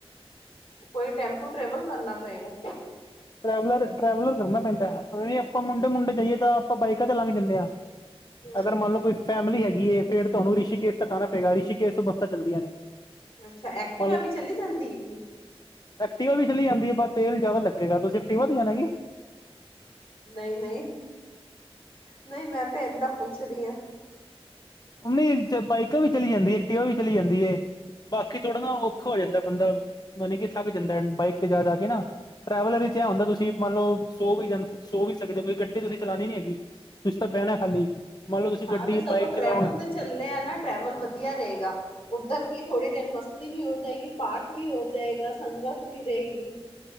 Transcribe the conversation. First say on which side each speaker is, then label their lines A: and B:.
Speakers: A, on the left (about 65°); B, on the left (about 40°).
A: ਕੋਈ ਟੈਂਪੂ ਟਰੈਵਲ ਕਰਨਾ ਪਏਗਾ।
B: ਟਰੈਵਲਰ- ਟਰੈਵਲਰ ਕਰਨਾ ਪੈਂਦਾ ਐ, ਵੀ ਆਪਾਂ ਮੁੰਡੇ-ਮੁੰਡੇ ਜਾਈਏ ਤਾਂ ਆਪਾਂ ਬਾਈਕਾਂ ਤੇ ਲੰਘ ਜਾਂਦੇ ਆਂ।
A: ਹੂੰ-ਹੂੰ।
B: ਅਗਰ ਮੰਨ ਲਓ ਕੋਈ ਫੈਮਿਲੀ ਹੈਗੀ ਏ, ਫੇਰ ਤੁਹਾਨੂੰ ਰਿਸ਼ੀਕੇਸ਼ ਤੱਕ ਆਣਾ ਪਏਗਾ, ਰਿਸ਼ੀਕੇਸ਼ ਤੋਂ ਬੱਸਾਂ ਚੱਲਦੀਆਂ ਨੇ।
A: ਅੱਛਾ, ਐਕਟਿਵਾ
B: ਮੰਨ ਲਓ
A: ਵੀ ਚਲੀ ਜਾਂਦੀ ਏ ਕੀ।
B: ਐਕਟੀਵਾ ਵੀ ਚਲੀ ਜਾਂਦੀ ਈ, ਪਰ ਤੇਲ ਜਾਦਾ ਲੱਗੇਗਾ, ਤੁਸੀਂ ਐਕਟੀਵਾ ਤੇ ਜਾਣਾ ਕੀ।
A: ਨਹੀਂ- ਨਹੀਂ, ਨਹੀਂ ਮੈਂ ਤੇ ਏਦਾਂ ਪੁੱਛ ਰਹੀ ਆਂ।
B: ਓ ਨਹੀਂ ਬਾਈਕਾਂ ਵੀ ਚਲੀ ਜਾਂਦੀ ਏ, ਐਕਟਿਵਾ ਵੀ ਚਲੀ ਜਾਂਦੀ ਏ। ਬਾਕੀ ਥੋੜਾ ਨਾ ਔਖਾ ਹੋ ਜਾਂਦਾ ਬੰਦਾ, ਮਣੀ ਕਿ ਥੱਕ ਜਾਂਦਾ ਬਾਈਕ ਤੇ ਜਾ- ਜਾ ਕੇ ਨਾ। ਟਰੈਵਲਰ
A: ਅੱਛਾ-ਅੱਛਾ।
B: ਵਿਚ ਇਹ ਹੁੰਦਾ, ਤੁਸੀਂ ਮੰਨ ਲੋ ਸੋ ਵੀ ਜਾਂਦੇ, ਸੋ ਵੀ ਸਕਦੇ ਹੋ, ਕੋਈ ਗੱਡੀ ਤੁਸੀਂ ਚਲਾਣੀ ਨੀ ਹੈਗੀ। ਤੁਸੀਂ ਤਾਂ
A: ਹੂੰ-ਹੂੰ।
B: ਬਹਿਨਾ ਖਾਲੀ, ਮੰਨ ਲਓ ਤੁਸੀਂ
A: ਹਾਂ
B: ਗੱਡੀ,
A: ਤੇ ਸਗੋਂ
B: ਬਾਈਕ
A: ਟਰੈਵਲ
B: ਚਲਾਓਗੇ
A: ਤੇ ਚੱਲਣੇ ਆ ਨਾ, ਟਰੈਵਲ ਵਧੀਆ ਰਹੇਗਾ। ਉੱਧਰ ਕੀ ਥੋੜ੍ਹੀ ਦੇਰ ਮਸਤੀ ਵੀ ਹੋ ਜਾਏਗੀ, ਪਾਠ ਵੀ ਹੋ ਜਾਏਗਾ, ਸੰਗਤ ਵੀ ਰਹੇਗੀ।